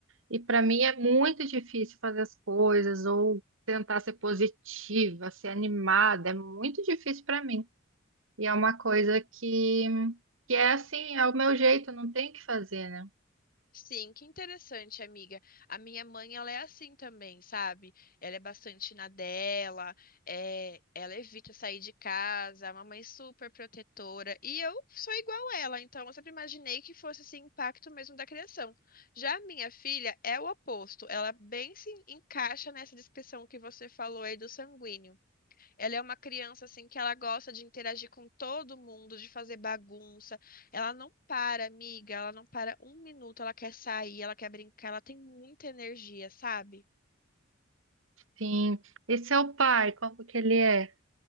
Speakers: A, on the right; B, on the left.
A: E para mim é muito difícil fazer as coisas ou tentar ser positiva, ser animada, é muito difícil para mim. E é uma coisa que que é assim, é o meu jeito, não tem o que fazer, né?
B: Sim, que interessante, amiga. A minha mãe, ela é assim também, sabe? Ela é bastante na dela, é, ela evita sair de casa, é uma mãe super protetora. E eu sou igual ela, então eu sempre imaginei que fosse esse impacto mesmo da criação. Já a minha filha é o oposto, ela bem se encaixa nessa descrição que você falou aí do sanguíneo. Ela é uma criança assim que ela gosta de interagir com todo mundo, de fazer bagunça. Ela não para, amiga, ela não para um minuto, ela quer sair, ela quer brincar, ela tem muita energia, sabe?
A: Sim. E seu pai, como que ele é?